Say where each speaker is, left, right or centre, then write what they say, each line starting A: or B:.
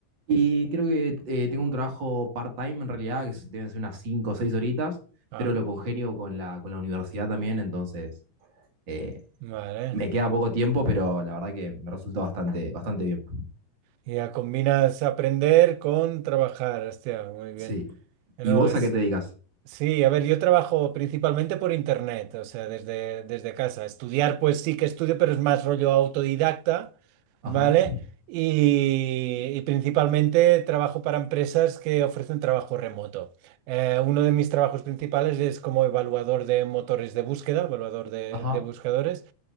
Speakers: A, on the right; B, on the right.
A: Y creo que eh, tengo un trabajo part-time en realidad, que es- deben ser unas 5 o 6 horitas,
B: Ah,
A: pero lo congenio con la, con la universidad también, entonces eh,
B: vale.
A: me queda poco tiempo, pero la verdad que me resulta bastante, bastante bien.
B: Y ya combinas aprender con trabajar. Hostia, muy bien.
A: Sí.
B: No,
A: ¿Y vos
B: es,
A: a qué te dedicas?
B: Sí, a ver, yo trabajo principalmente por internet, o sea, desde, desde casa. Estudiar, pues sí que estudio, pero es más rollo autodidacta,
A: Ajá,
B: ¿vale? Y, y principalmente trabajo para empresas que ofrecen trabajo remoto. Eh, uno de mis trabajos principales es como evaluador de motores de búsqueda, evaluador de,
A: ajá,
B: de buscadores.